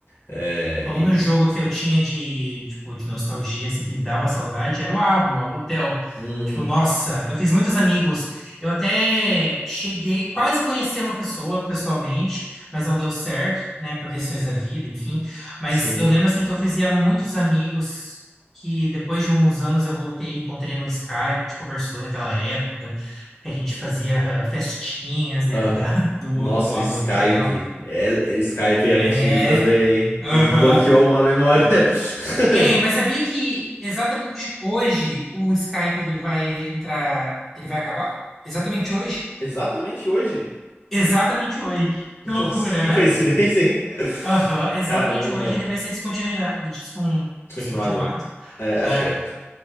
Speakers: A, on the left; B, in the centre.
A: É,
B: Falando
A: e,
B: um jogo que eu tinha de, tipo, de nostalgia, assim, que me dava saudade, era o Abo, o Abo Hotel
A: Uhum,
B: Tipo, nossa, eu fiz muitos amigos. Eu até cheguei, quase conheci uma pessoa pessoalmente, mas não deu certo, né, por questões da vida, enfim. Mas
A: sim.
B: eu lembro, assim, que eu fazia muitos amigos que depois de uns anos eu voltei, encontrei no Skype, a gente conversou daquela época, que a gente fazia ah, festinhas dentro
A: Aham.
B: da, <laughs> do,
A: Nossa,
B: do Abo
A: Skype.
B: Hotel
A: É, é- Skype é antigo
B: É,
A: também. Me
B: aham.
A: desbloqueou uma memória. <laughs>
B: É, mas sabia que exatamente hoje o Skype ele vai entrar, ele vai acabar? Exatamente hoje?
A: Exatamente hoje.
B: Exatamente hoje. Que loucura,
A: Nossa, que
B: né?
A: coincidência, hein?
B: Aham, exatamente
A: Caramba.
B: hoje ele vai ser descontinuado, descon,
A: Descontinuado.
B: descontinuado.
A: É, acho
B: É,
A: que é.